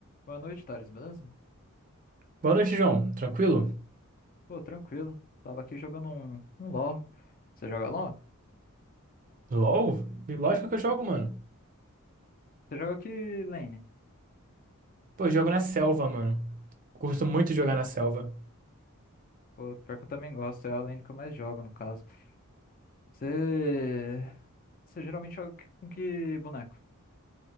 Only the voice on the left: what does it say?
Boa noite, Thales, beleza?
Pô, tranquilo. Tava aqui jogando um, um LoL. Você joga LoL?
Você joga que lane?
Pô, pior que eu também gosto, é a lane que eu mais jogo, no caso. Você... Você geralmente joga que- com que boneco?